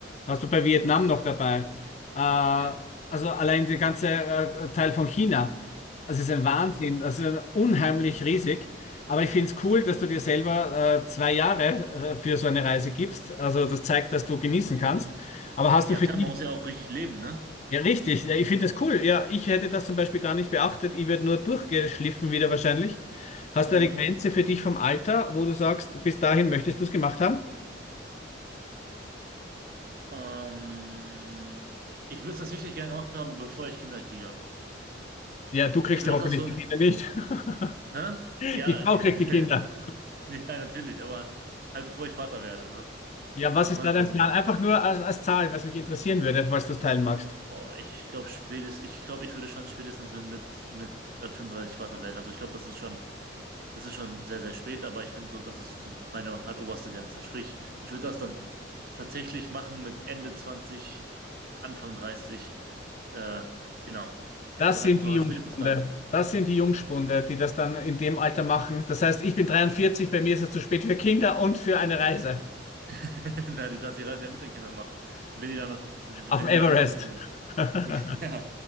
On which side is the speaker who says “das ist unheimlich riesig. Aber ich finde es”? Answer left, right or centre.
Left